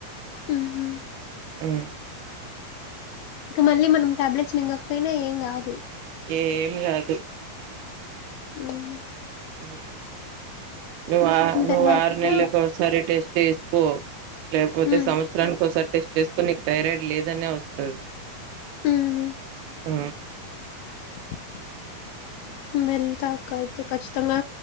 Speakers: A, on the left; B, on the right.
A: ఆహ
B: ఆ
A: ఇక మళ్ళీ మనం ట్యాబ్లెట్స్ మింగకపోయినా ఏం గాదు
B: ఏం కాదు
A: అవునా
B: ఉమ్ నువ్వు ఆ నువ్వు
A: తర్వాత
B: ఆరునెళ్ళకి ఒకసారి టెస్ట్ చేసుకో లేకపోతే
A: హ్మ్.
B: సంవత్స త్సరానికి ఒకసారి టెస్ట్ చేసుకో నీకు థైరాయిడ్ లేదనే వస్తది
A: ఆహా
B: ఆ
A: <inaudible> వెళ్తా అక్క అయితే ఖచ్చితంగా